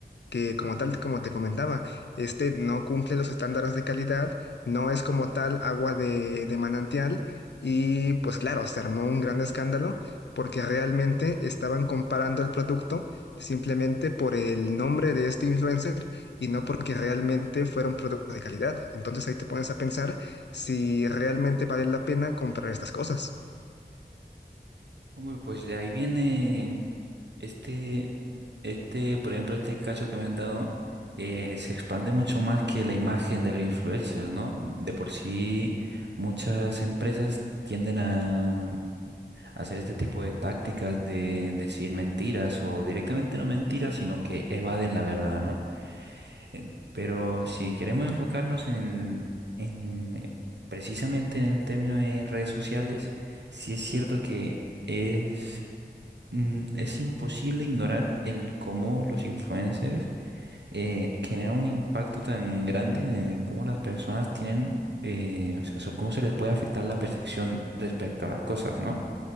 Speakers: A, on the left; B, on the right.
A: que como tal, como te comentaba, este no cumple los estándares de calidad, no es como tal agua de, de manantial y pues claro, se armó un gran escándalo porque realmente estaban comparando el producto simplemente por el nombre de este influencer y no porque realmente fuera un producto de calidad. Entonces ahí te pones a pensar si realmente vale la pena comprar estas cosas.
B: Hombre, pues de ahí viene. Este, este, por ejemplo, este caso que me han dado eh, se expande mucho más que la imagen de los influencers, ¿no? De por sí, muchas empresas tienden a hacer este tipo de tácticas de decir mentiras o directamente no mentiras, sino que evaden la verdad, ¿no? Eh, Pero si queremos enfocarnos en el- en, eh, precisamente en el término de redes sociales, sí es cierto que es Mm, Es imposible ignorar el cómo los influencers eh, generan un impacto tan grande en el cómo las personas tienen, eh, o sea, so- cómo se les puede afectar la percepción respecto a las cosas, ¿no?